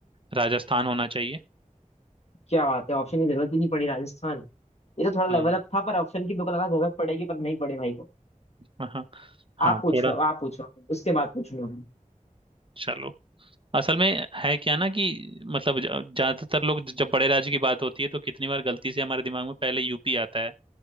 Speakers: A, on the right; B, on the left.
A: राजस्थान होना चाहिए
B: क्या बात है ऑप्शन की जरूरत ही नहीं पड़ी राजस्थान ये तो थोड़ा लेवल
A: हम्म
B: अप था पर ऑप्शन की मेरे को लगा जरूरत पड़ेगी पर नहीं पड़े भाई को
A: हाँ हाँ
B: आप
A: हाँ, थोड़ा
B: पूछो आप पूछो उसके बाद पूछूंगा
A: चलो असल में है क्या ना कि मतलब ज- ज्यादातर लोग जब बड़े राज्य की बात होती है तो कितनी बार गलती से हमारे दिमाग में पहले यूपी आता है